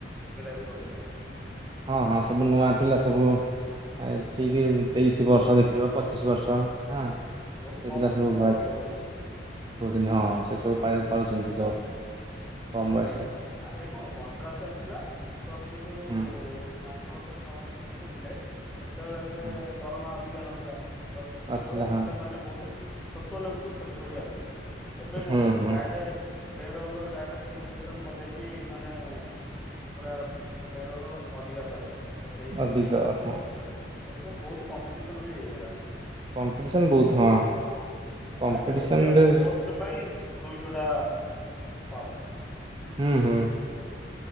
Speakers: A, in the centre; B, on the right.
A: ପିଲା ବି ରହିଲେଣି।
B: ହଁ, ହଁ ସବୁ ନୂଆ ପିଲା ସବୁ ଆଠିକ ତେଇଶି ବର୍ଷ ଦେଖିବ ପଚିଶି ବର୍ଷ ହଁ।
A: ବହୁତ
B: ସେ
A: କମ୍
B: ପିଲା
A: ବର୍ଷରୁ
B: ସବୁ ବାହାହେଇଥିବେ
A: ର ରହୁଛନ୍ତି।
B: ରହୁଛନ୍ତି ହଁ ସେ ସବୁ ପାଇ ପାଉଛନ୍ତି ଜବ୍। କମ
A: ଆଗେ
B: ବୟସରେ
A: ଆଗେ କଣ କଣ୍ଟ୍ରାଚୁଆଲ୍ ଥିଲା ତ ସେ ଯୋଉ
B: ହୁଁ
A: ପାଞ୍ଚ ବର୍ଷ ଛଅ ବର୍ଷ ଖଟୁଥିଲେ ସେତେବେଳେ ଏତେ
B: ହଁ
A: ଦରମା ଅଧିକା ନଥିଲା ତ ସେତେବେଳେ
B: ନଥିଲା ହଁ
A: ସେମାନେ ବହୁତ ଛୋଟ ଲେବୁଲକୁ ଖଟି ଖଟି ଆସୁଥିଲେ। ଏବେ କଣ
B: ହୁଁ ହୁଁ
A: ଡିରେକ୍ଟ ପେ ଡ଼ାରେକ୍ଟ ଫିକ୍ସେସନ୍ କରିଦେଇଛି ମାନେ ପୁରା ପେରୋଲ ଅଧିକା ପାଇବ। ତ ସେଇଥିପାଇଁ
B: ଅଧିକ ହଁ
A: ଏବେ ବହୁତ କମ୍ପିଟିସନ ବି ହେଇଗଲାଣି।
B: କମ୍ପିଟିସନ ବହୁତ ହଁ କମ୍ପିଟିସନରେ
A: ମାନେ ଗୋଟେ ପୋଷ୍ଟ ପାଇଁ ଦୁଇଶହ ଟା ଫର୍ମ।
B: ହୁଁ, ହୁଁ।